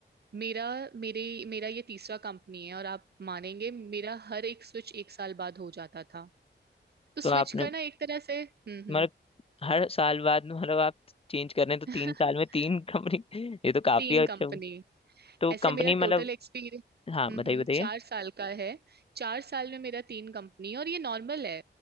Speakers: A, on the right; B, on the left.
A: मेरा मेरे मेरा ये तीसरा कंपनी है और आप मानेंगे मेरा हर एक स्विच एक साल बाद हो जाता था तो स्विच
B: तो आपने
A: करना एक तरह से हम्म हम्म
B: मतलब हर साल बाद मतलब आप चेंज कर रहे हैं तो
A: <laughs>
B: तीन साल में तीन कंपनी <laughs> ये तो काफी
A: तीन
B: अच्छा
A: कंपनी
B: हुआ। तो
A: ऐसे
B: कंपनी
A: मेरा टोटल
B: मतलब
A: एक्सपीरियंस
B: हाँ
A: हम्म
B: बताइए
A: हम्म
B: बताइए
A: चार साल का है चार साल में मेरा तीन कंपनी और ये नॉर्मल है